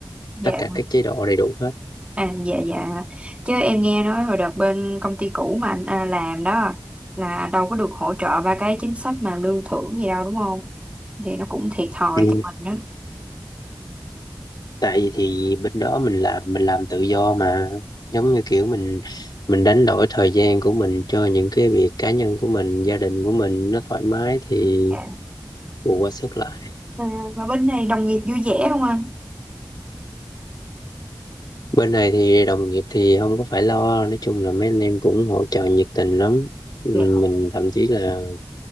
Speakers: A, on the right; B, on the left.
A: Dạ.
B: tất cả các chế độ đầy đủ hết
A: À dạ dạ Chứ em nghe nói hồi đợt bên công ty cũ mà anh à, làm đó Là đâu có được hỗ trợ ba cái chính sách mà lương thưởng gì đâu đúng không Thì nó cũng thiệt thòi
B: Ừ,
A: cho mình đó
B: tại vì thì bên đó mình làm mình làm tự do mà giống như kiểu mình mình đánh đổi thời gian của mình cho những cái việc cá nhân của mình gia đình của mình nó thoải mái thì
A: Dạ.
B: bù qua sức lại
A: à, Và bên này đồng nghiệp vui vẻ không anh
B: bên này thì đồng nghiệp thì không có phải lo nói chung là mấy anh em cũng hỗ trợ nhiệt tình lắm Ừ,
A: Dạ
B: mình thậm chí là